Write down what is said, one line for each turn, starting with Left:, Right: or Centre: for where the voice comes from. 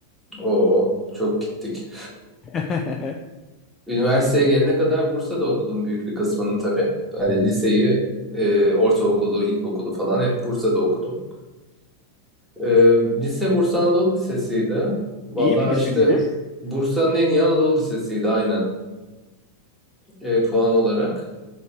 Centre: Oo, çok gittik.
Left: <laughs> Hı
Centre: <laughs> Üniversiteye gelene kadar Bursa'da okudum büyük bir kısmını tabii. Hani
Left: hı.
Centre: liseyi, e, ortaokulu, ilkokulu falan hep Bursa'da okudum. E, lise Bursa Anadolu Lisesi'ydi. Vallahi
Left: İyi bir lise
Centre: işte
Left: miydi?
Centre: Bursa'nın en iyi Anadolu Lisesi'ydi aynen e, puan olarak.